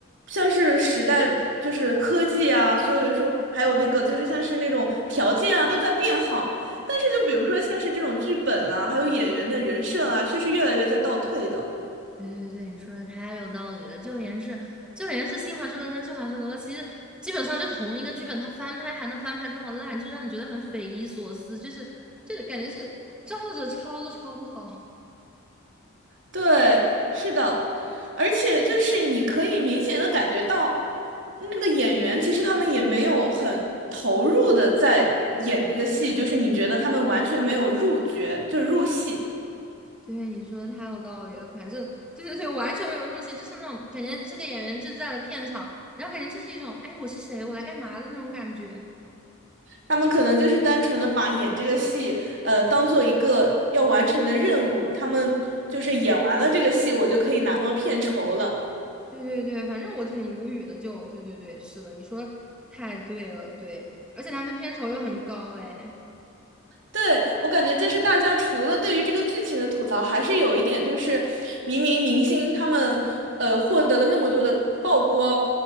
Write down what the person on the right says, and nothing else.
像是时代的，就是科技啊，所以说还有那个就是像是那种条件啊，都在变好。但是就比如说像是这种剧本啦，还有演员的人设啊，却是越来越在倒退的。
对，是的，而且就是你可以明显的感觉到，那个演员其实他们也没有很投入的在演一个戏，就是你觉得他们完全没有入角，就是入戏，
他们可能就是单纯的把演这个戏，呃，当做一个要完成的任务，他们就是演完了这个戏，我就可以拿到片酬了。
对，我感觉就是大家除了对于这个剧情的吐槽，还是有一点就是，明明明星他们呃获得了那么多的曝光，